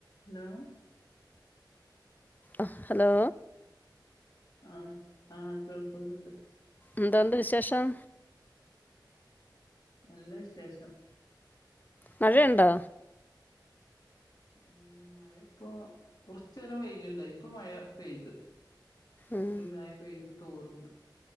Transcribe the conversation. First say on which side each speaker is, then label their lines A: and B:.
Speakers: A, on the left; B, on the left.
A: Hello
B: ആഹ് hello
A: ആഹ് ആഹ് കേൾക്കുന്നുണ്ട്
B: എന്തുണ്ട് വിശേഷം
A: നല്ല വിശേഷം
B: മഴയുണ്ടോ
A: ഉം മഴപ്പോ കൊറച്ചേരം വെയില്ണ്ടായി ഇപ്പ മഴ പെയ്ത്
B: ഉം
A: ഒരു മയ പെയ്ത് തോർന്ന്